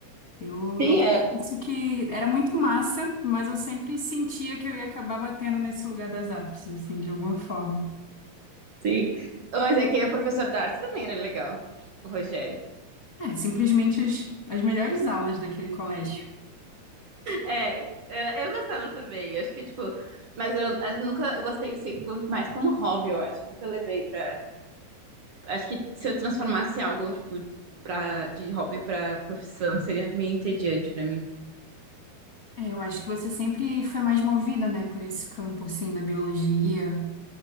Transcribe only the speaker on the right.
Sim,
é,
sim. Mas é que o professor da arte também era legal, o Rogério.
É, era- eu gostava também, eu acho que, tipo, mas eu, eh, nunca, eu gostei sempre mais como hobby, eu acho, nunca levei pra, acho que se eu transformasse algo, tipo, pra, de hobby pra profissão, seria meio entediante pra mim.